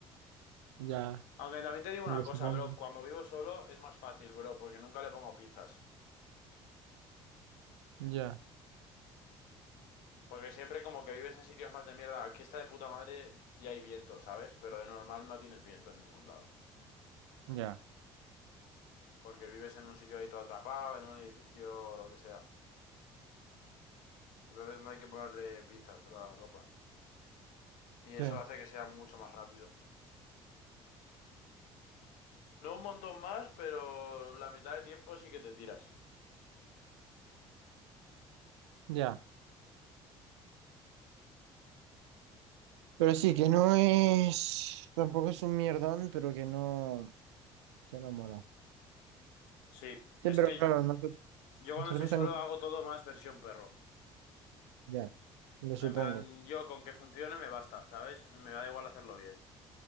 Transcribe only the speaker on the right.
Ya,
me lo
supongo.
Ya,
ya,
sí,
ya. Pero sí, que no es, tampoco es un mierdón, pero que no, que no mola.
Sí,
pero
claro, nosotros,
nosotros
también,
ya, lo supongo.